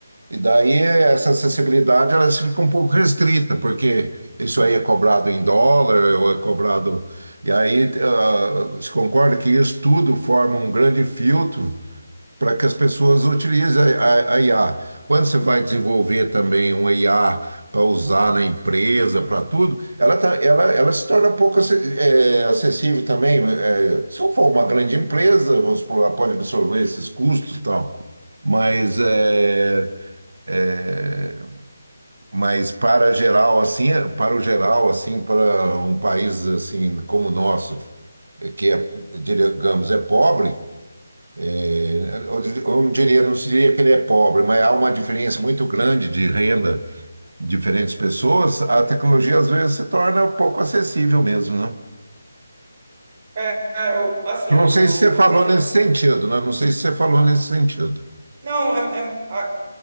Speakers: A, on the right; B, on the right.
A: E daí essa acessibilidade ela se fica um pouco restrita, porque isso aí é cobrado em dólar, ou é cobrado. E aí ah, se concorda que isso tudo forma um grande filtro para que as pessoas utilizem a, a- a IA. Quando você vai desenvolver também uma IA para usar na empresa, para tudo, ela, tá- ela, ela se torna pouco acess- eh, acessível também. Eh, se eu for uma grande empresa, vamos supor, ela pode absorver esses custos e tal. Mas é, é, mas para geral, assim, para o geral, assim, para um país assim como o nosso, é, que é, digamos, é pobre, é, eu dir- eu não diria, não diria que ele é pobre, mas há uma diferença muito grande de renda de diferentes pessoas, a tecnologia às vezes se torna um pouco acessível mesmo, né?
B: É, é, eu- assim,
A: Eu Não
B: eu,
A: sei
B: eu
A: se você
B: não
A: falou
B: sei se
A: nesse
B: eu...
A: sentido, né? Não sei se você falou nesse sentido.
B: Não, é, é- a-